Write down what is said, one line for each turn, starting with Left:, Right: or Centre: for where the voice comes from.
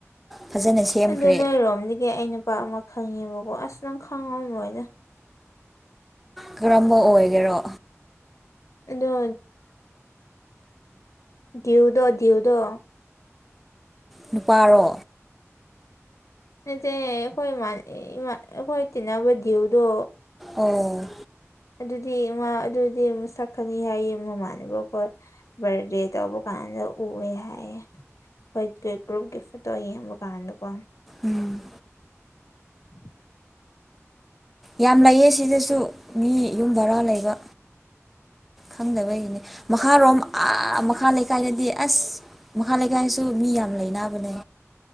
Centre: ꯐꯖꯅ ꯁꯦꯝꯈ꯭ꯔꯦ
Left: ꯑꯗꯨ ꯅꯣꯏꯔꯣꯝꯗꯒꯤ ꯑꯩ ꯅꯨꯄꯥ ꯑꯃ ꯈꯪꯉꯦꯕꯀꯣ ꯑꯁ ꯅꯪ ꯈꯪꯉꯄꯣꯏꯗ
Centre: ꯀꯔꯝꯕ ꯑꯣꯏꯒꯦꯔꯣ
Left: ꯑꯗꯣ ꯗꯤꯌꯨ ꯗꯤꯎꯗꯣ
Centre: ꯅꯨꯄꯥꯔꯣ
Left: ꯅꯆꯦ ꯑꯩꯈꯣꯏ ꯏꯃꯥꯟ ꯑꯩꯈꯣꯏ ꯇꯤꯟꯅꯕ ꯗꯤꯌꯨꯗꯣ
Centre: ꯑꯣ
Left: ꯑꯗꯨꯗꯤ ꯃꯥ ꯑꯗꯨꯗꯤ ꯑꯃ ꯁꯛꯀꯅꯤ ꯍꯥꯏꯌꯦ ꯃꯃꯥꯅꯕꯀꯣꯏ ꯕꯥꯔꯗꯦ ꯇꯧꯕ ꯀꯥꯟꯗ ꯑꯗꯣ ꯎꯑꯦ ꯍꯥꯏꯌꯦ ꯑꯩꯈꯣꯏ ꯒ꯭ꯔꯨꯞꯀꯤ ꯐꯣꯇꯣ ꯌꯦꯡꯕ ꯀꯥꯟꯗꯀꯣ
Centre: ꯎꯝ
Left: <inaudible>
Centre: ꯌꯥꯝ ꯂꯩꯌꯦ ꯁꯤꯗꯁꯨ ꯃꯤ ꯌꯨꯝ ꯕꯔꯥ ꯂꯩꯕ ꯈꯪꯗꯕꯩꯒꯤꯅꯦ ꯃꯈꯥꯔꯣꯝ ꯑ ꯃꯈꯥ ꯂꯩꯀꯥꯏꯗꯗꯤ ꯑꯁ ꯃꯈꯥ ꯂꯩꯀꯥꯏꯁꯨ ꯃꯤ ꯌꯥꯝ ꯂꯩꯅꯕꯅꯦ